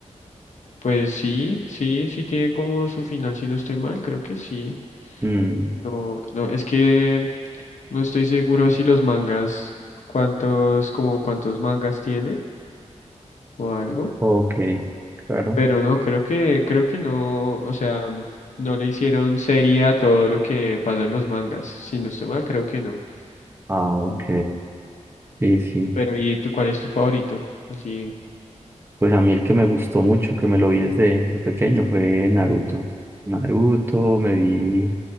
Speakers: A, on the left; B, on the right.
A: Pues sí, sí, sí tiene como su final, si no estoy mal, creo que sí.
B: Mm,
A: No, no, es que no estoy seguro si los mangas, cuántos, como cuántos mangas tiene o algo.
B: ok, claro.
A: Pero no, creo que, creo que no, o sea, mm, no le hicieron serie a todo lo que pasa en los mangas. Si no estoy mal, creo que no.
B: Ah, ok,
A: Mm.
B: sí, sí.
A: Pero, ¿y tú cuál es tu favorito? Así.
B: Pues a mí el que me gustó mucho, que me lo vi desde, desde pequeño, fue Naruto. Naruto, me vi